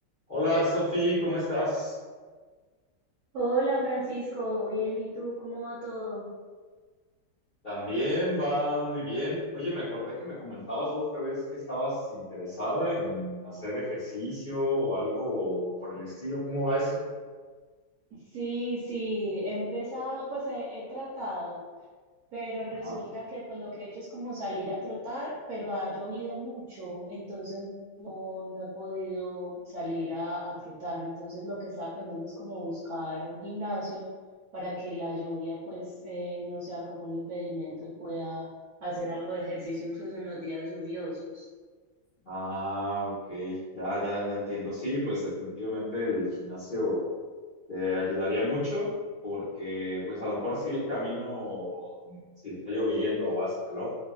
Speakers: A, on the left (about 40°); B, on the right (about 65°).
A: Hola Sofi, ¿cómo estás?
B: Hola Francisco, bien, ¿y tú cómo va todo?
A: También va muy bien. Oye, me acordé que me comentabas la otra vez que estabas interesada en hacer ejercicio o algo por el estilo. ¿Cómo va eso?
B: Sí, sí, he empezado, pues he, he tratado, pero resulta
A: Ajá.
B: que pues lo que he hecho es como salir a trotar, pero ha llovido mucho, entonces no, no he podido salir a, a trotar. Entonces lo que estaba pensando es como buscar un gimnasio para que la lluvia pues eh, no sea como un impedimento y pueda hacer algo de ejercicio incluso en los días lluviosos.
A: Ah, ok. Ya, ya, ya entiendo. Sí, pues definitivamente el gimnasio. Te ayudaría mucho porque, pues, a lo mejor si el camino, si está lloviendo o hace calor,